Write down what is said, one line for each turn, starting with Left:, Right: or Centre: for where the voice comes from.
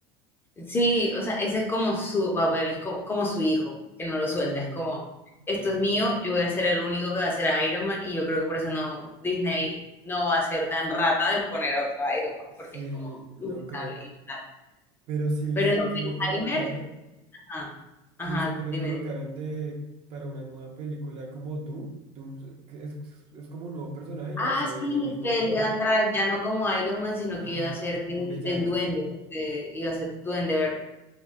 Left: Sí, o sea, ese es como su papel, es co- como, su hijo, que no lo
Right: Sí,
Left: suelta, es como, esto
Right: tal
Left: es mío,
Right: cual.
Left: yo voy a ser el único que va a ser Iron Man y yo creo que por eso no, Disney no va a ser tan rata de poner a otro Iron Man,
Right: Sí,
Left: porque es como
Right: no
Left: impensable,
Right: creo.
Left: impensable.
Right: Pero sí viste
Left: Pero en Oppenheimer,
Right: que lo colocaron.
Left: ajá, ajá,
Right: Sí viste que lo
Left: dime,
Right: colocaron
Left: dime.
Right: de para una nueva película como Doom. Doom es, es como un nuevo personaje y
Left: Ah,
Right: lo va a hacer
Left: sí,
Right: el mismo
Left: que
Right: actor.
Left: él iba a entrar ya no como Iron Man, sino
Right: Ajá,
Left: que iba a ser de-
Right: un villano.
Left: del duende, de- iba a ser duende verde,